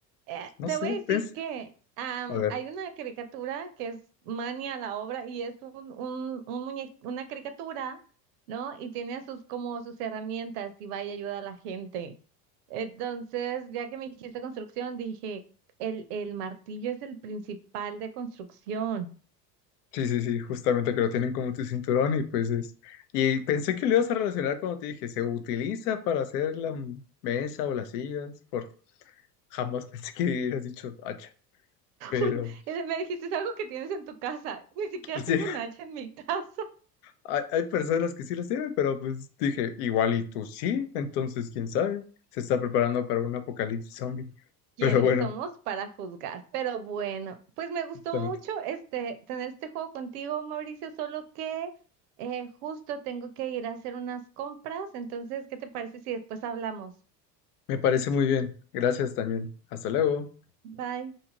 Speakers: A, on the right; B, on the left.
A: Eh,
B: no
A: te
B: sé,
A: voy a decir
B: pens-
A: que am,
B: A ver,
A: hay una caricatura que es Mania la obra y es un, un, un muñe- una caricatura, ¿no? Y tiene a sus como sus herramientas y va y ayuda a la gente. Entonces, ya que me dijiste construcción, dije, el, el martillo es el principal de construcción.
B: sí, sí, sí, justamente que lo tienen como tu cinturón y pues es. Y pensé que lo ibas a relacionar cuando te dije, se utiliza para hacer la m- mesa o las sillas, por jamás <laughs> pensé que hubieras dicho hacha, pero
A: un- eh, me dijiste, es algo que tienes en tu casa. Ni siquiera
B: <laughs>
A: tengo
B: sí,
A: un hacha en mi <laughs> casa.
B: Hay, hay personas que sí las tienen, pero pues dije, igual y tú sí, entonces quién sabe, se está preparando para un apocalipsis zombie. Pero
A: ¿Quiénes
B: bueno,
A: somos para juzgar? Pero bueno, pues me gustó
B: justamente.
A: mucho este tener este juego contigo, Mauricio, solo que eh, justo tengo que ir a hacer unas compras. Entonces, ¿qué te parece si después hablamos?
B: Me parece muy bien. Gracias también. Hasta luego.
A: Bye.